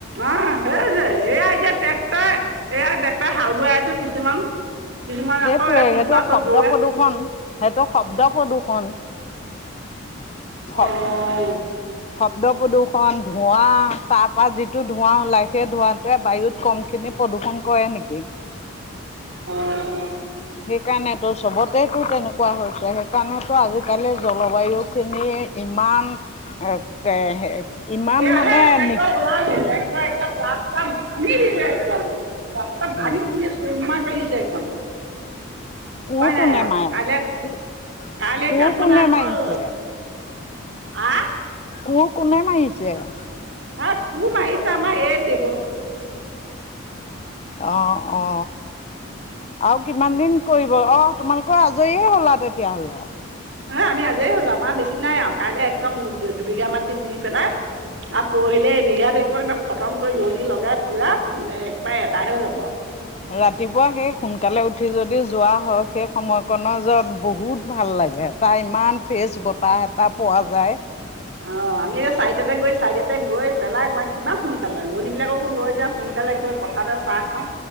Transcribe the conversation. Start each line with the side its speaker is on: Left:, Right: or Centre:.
Right: অ সেই যে এয়া এতিয়া ট্ৰেক্টৰ এয়া ট্ৰেক্টৰ হাল বাই আছো কিছুমান- কিছুমান
Left: সেইটোৱে
Right: আকৌ ৰাতিপুৱা
Left: সেইটো
Right: আকৌ
Left: শব্দ
Right: গৰুৱে
Left: প্ৰদূৰ্ষণ। সেইটো শব্দ প্ৰদূৰ্ষন স
Right: অ'
Left: শব্দ প্ৰদূষণ, ধোঁৱা, তাৰ পৰা যিটো ধোৱা ওলাই সেই ধোঁৱটোৱে বায়ুত কম খিনি প্ৰদূষণ কৰে নেকি?
Right: অ
Left: সেইকাৰণেতো চবতেতো তেনেকুৱা হৈছে। সেইকাৰণেতো আজিকালি জলবায়ু খিনি ইমান এ ইমান
Right: এ
Left: মানে
Right: আহে টেক্টৰ
Left: নি
Right: ওলালেই টেক্টৰ ৰাস্তা ভাঙি দিছে একদম ৰাস্তাত ভাঙি
Left: অ অ
Right: পনে চুৰমা কৰি দিছে একদম-
Left: কোৰ
Right: হয় নাই
Left: কোনে
Right: আৰু
Left: মাৰে
Right: কাইলৈ কাইলে
Left: কোৰ
Right: এতিয়া
Left: কোনে
Right: মানে আকৌ-
Left: মাৰিছে
Right: হা
Left: কুৰ কোনে মাৰিছে-?
Right: হা কুৰ মাৰিছে আমাৰ এ দিব
Left: অ অ আৰু কিমান দিন কৰিব অ তোমালোকৰ আজ জৰিয়ে হলা তেতিয়াহ'লে
Right: হ আমি আজেই হ'লো আমাৰ বেছি নাই আৰু কাইলৈ একদম দুবিঘা মাটি দি পেলাই আৰু পৰহিলে এই বিঘা থাকিব একদম কটম কৰি ৰোৱনী লগাই পুৰা একবাৰে এদাই হৈ যাব। আৰু
Left: ৰাতিপুৱা সেই সোনকালে উঠি যদি যোৱা হয় সেই সময়কণনৰ যত বহুত ভাল লাগে। ত ইমান ফ্ৰেছ বতাহ এটা পোৱা যায়।
Right: অ আমি এতিয়া চাৰিটাত গৈ চাৰিটাত গৈ পেলাই মই কিমান সোনকালে ৰোৱনী বিলাককো লৈ যাওঁ সোনকালে গৈ পথতে চাহ খাওঁ